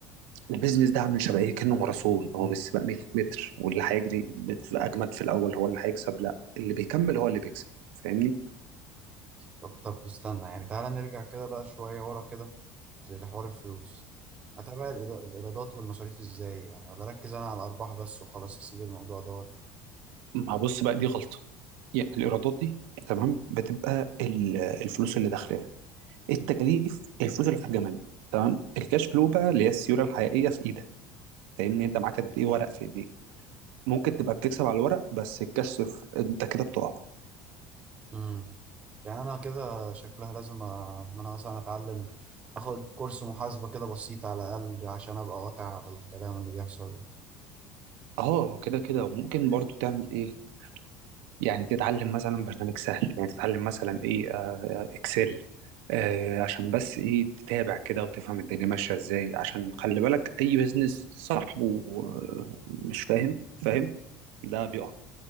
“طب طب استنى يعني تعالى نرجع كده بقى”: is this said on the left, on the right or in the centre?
Right